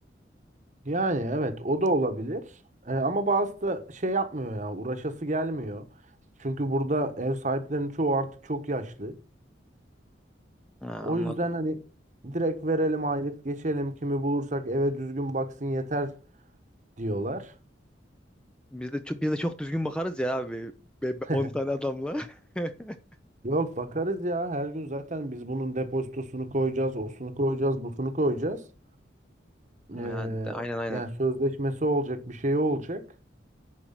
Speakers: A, on the right; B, in the centre.
A: Yani evet o da olabilir. Ee, ama bazı da şey yapmıyor ya uğraşası gelmiyor. Çünkü burada ev sahiplerinin çoğu artık çok yaşlı.
B: Ha,
A: O
B: anladım.
A: yüzden hani direkt verelim aylık geçelim kimi bulursak eve düzgün baksın yeter diyorlar.
B: Biz de çok, biz de çok düzgün bakarız ya abi. Be,
A: <laughs>
B: be- 10 tane adamla. <laughs>
A: Yok bakarız ya her gün zaten biz bunun depozitosunu koyacağız, osunu koyacağız, busunu koyacağız.
B: Yani
A: Ee,
B: de- aynen aynen
A: yani sözleşmesi olacak bir şey olacak.